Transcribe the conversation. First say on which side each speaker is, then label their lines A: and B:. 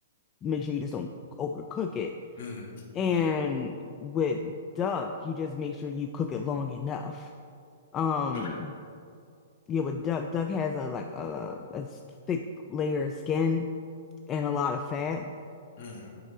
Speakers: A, on the left; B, on the left.
A: make sure you just don't overcook it.
B: hmm
A: And with duck, you just make sure you cook it long enough. Um,
B: Okay.
A: yeah, with duck, duck has a like a, a s- thick layer of skin and a lot of fat
B: hmm